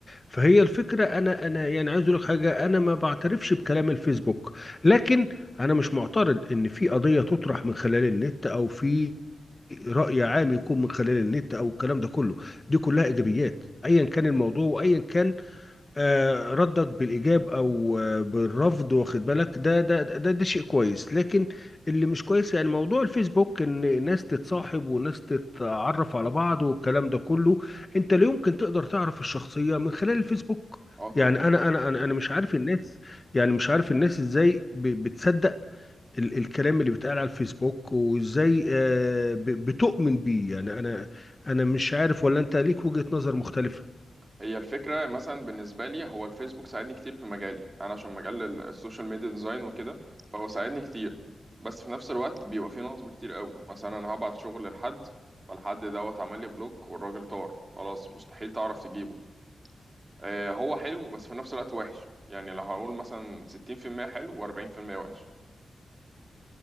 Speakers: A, on the left; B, on the right.
A: فهي الفكره انا انا يعني عايز اقول لك حاجه انا ما بعترفش بكلام الفيسبوك لكن انا مش معترض ان في قضيه تطرح من خلال النت او في راي عام يكون من خلال النت او الكلام ده كله دي كلها ايجابيات ايا كان الموضوع وايا كان آه، ردك بالإيجاب أو آه، بالرفض واخد بالك ده ده ده ده شيء كويس لكن اللي مش كويس يعني موضوع الفيسبوك إن ناس تتصاحب وناس تتعرف على بعض والكلام ده كله أنت لا يمكن تقدر تعرف الشخصية من خلال الفيسبوك
B: اه طبعا
A: يعني أنا أنا أنا أنا مش عارف الناس يعني مش عارف الناس إزاي ب- بتصدق ال- الكلام اللي بيتقال على الفيسبوك وإزاي آه، ب- بتؤمن بيه يعني أنا أنا مش عارف ولا أنت ليك وجهة نظر مختلفة
B: هي الفكرة مثلا بالنسبة لي هو الفيسبوك ساعدني كتير في مجالي انا عشان مجال ال- السوشيال ميديا ديزاين وكده فهو ساعدني كتير بس في نفس الوقت بيبقى فيه نصب كتير قوي مثلا انا هبعت شغل لحد فالحد دوت عمل لي بلوك والراجل طار خلاص مستحيل تعرف تجيبه آه هو حلو بس في نفس الوقت وحش يعني لو هقول مثلا 60% حلو و40% وحش